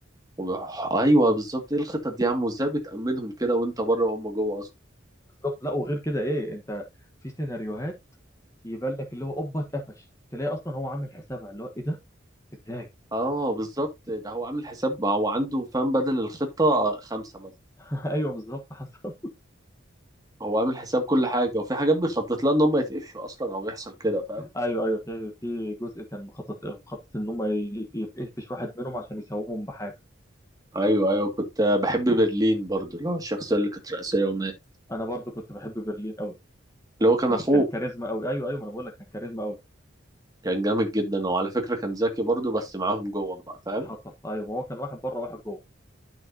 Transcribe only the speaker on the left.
بالظبط لا وغير كده ايه انت في سيناريوهات يبان لك اللي هو اوبا اتقفش تلاقي اصلا هو عامل حسابها اللي هو ايه ده ازاي
<laughs> ايوه بالظبط حصل
ايوه ايوه في في جزء كان مخطط مخطط ان هم ي- ي- يقفش واحد منهم عشان يسومهم بحاجه
انا برضو كنت بحب برلين قوي
كان
كان كاريزما قوي ايوه ايوه ما انا بقول لك كان كاريزما قوي
حصل ايوه هو كان واحد بره واحد جوه